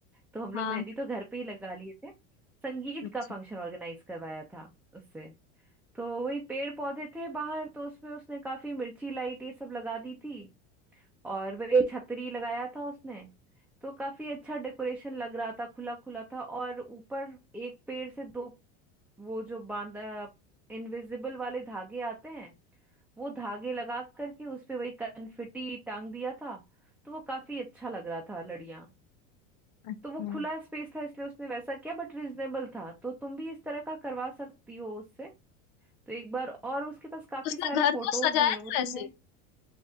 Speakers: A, in the centre; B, on the left.
A: तो हम लोग
B: हाँ
A: मेहंदी तो घर पे ही लगा लिए थे संगीत
B: अच्छा
A: का फंक्शन ऑर्गेनाइज करवाया था उससे तो वही पेड़ पौधे थे बाहर तो उसमें उसने काफी मिर्ची लाइट ये सब लगा दी थी और वही छतरी लगाया था उसने तो काफी अच्छा डेकोरेशन लग रहा था खुला खुला था और ऊपर एक पेड़ से दो वो जो बांध इनविजिबल वाले धागे आते हैं वो धागे लगा करके उस पे वही कनफिटी टांग दिया था तो वो काफी अच्छा लग रहा था लड़ियां
B: अच्छा
A: तो वो खुला स्पेस था इसलिए उसने वैसा किया बट रिजनेबल था तो तुम भी इस तरह का करवा सकती हो उससे तो एक बार और उसके पास काफी
B: उसने
A: सारे
B: घर
A: फोटोज
B: को सजाया
A: भी हैं
B: था
A: वो तुम्हें
B: वैसे